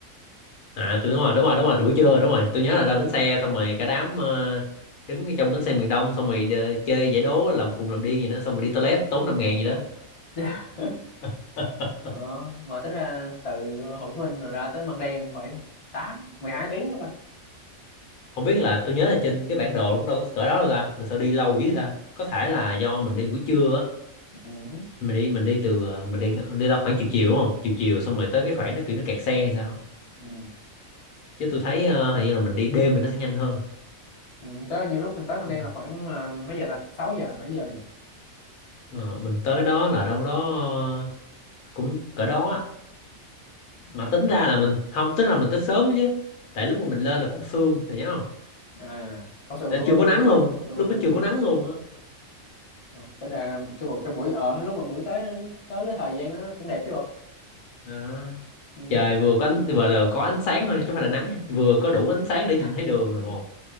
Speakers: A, on the left (about 80°); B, on the left (about 30°).
A: à tôi đúng rồi đúng rồi đúng rồi buổi trưa đúng rồi tôi nhớ là ra bến xe xong rồi cả đám ờ, đứng trong bến xe miền Đông xong rồi đ- chơi giải đố làm khùng làm điên gì đó xong rồi đi toilet tốn năm ngàn gì đó
B: <laughs>
A: <laughs>
B: ờ, mà tính ra từ Hồ Chí Minh mà ra tới Măng Đen khoảng tám mười hai tiếng luôn ta
A: không biết là tôi nhớ là trên cái bản đồ cũng đâu có cỡ đó đâu ta mà sao đi lâu dữ ta có thể là do mình đi buổi trưa á
B: ừ. hứ,
A: mình đi mình đi từ ờ, mình đi đi ra khoảng chiều chiều đúng không chiều chiều xong rồi tới cái khoảng nó kiểu nó kẹt xe hay sao á.
B: ừ.
A: chứ tôi thấy ờ, hình như là mình đi đêm thì nó sẽ nhanh hơn
B: Ừ, tới như lúc mình tới Măng
A: Ừ.
B: Đen là khoảng à, mấy giờ ta 6 giờ bảy giờ nhỉ
A: Ờ, mình tới đó là đâu đó ờ, cũng cỡ đó á. mà
B: ừ.
A: tính ra là mình không tính là mình tới sớm đó chứ tại lúc mà mình lên là còn sương thì nhớ không
B: à có sự
A: là
B: đúng đúng
A: chưa có nắng
B: đúng đúng
A: luôn
B: đúng
A: lúc
B: đúng
A: đó
B: đúng
A: chưa có
B: đúng
A: nắng luôn á
B: Rồi, tính ra cái buổi cái buổi ở lúc mà buổi tới tới cái thời gian đó nó cũng đẹp chứ bộ
A: đó.
B: ừ.
A: trời vừa có ánh, vừa là có ánh sáng thôi chứ không phải là nắng nha vừa có đủ ánh sáng để nhìn
B: <laughs>
A: thấy đường
B: Ừ.
A: là một